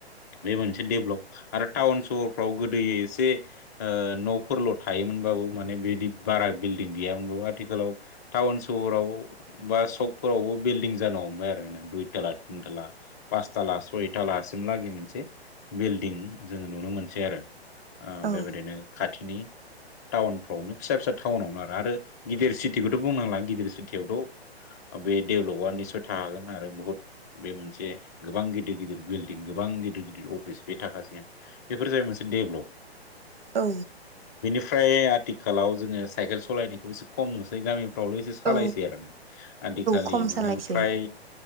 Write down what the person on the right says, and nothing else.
औ
औ।
औ
खम
सालायसै